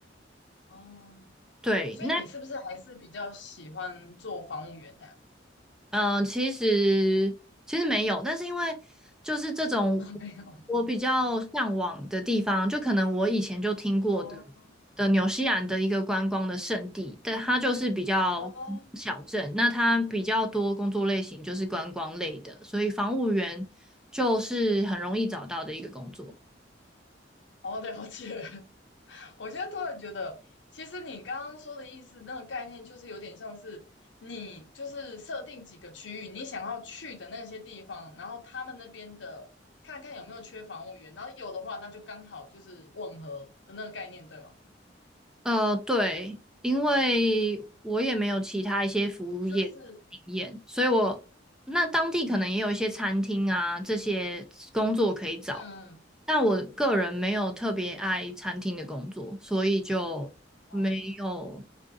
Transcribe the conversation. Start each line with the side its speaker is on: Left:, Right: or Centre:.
Left: 哦，
Centre: 对，
Left: 所以你是不是还是比较喜欢做房务员的呀？
Centre: 那呃，其实其实没有，但是因为就是这种
Left: <laughs> 没有。
Centre: 我比较向往的地方，就可能我以前就听过的
Left: 哦
Centre: 的纽西兰的一个观光的圣地，但它就是比较小镇，
Left: 哦
Centre: 那它比较多工作类型就是观光类的，所以防务员就是很容易找到的一个工作。
Left: 哦，了解。<laughs> 我现在突然觉得，其实你刚刚说的意思，那个概念就是有点像是你就是设定几个区域，你想要去的那些地方，然后他们那边的看看有没有缺房务员，然后有的话，那就刚好就是吻合的那个概念，对吗？
Centre: 呃，对，因为我也没有其他一些服务业经验，
Left: 就是
Centre: 所以我那当地可能也有一些餐厅啊，这些工作可以找，
Left: 嗯，
Centre: 但我个人没有特别爱餐厅的工作，所以就没有
Left: 哦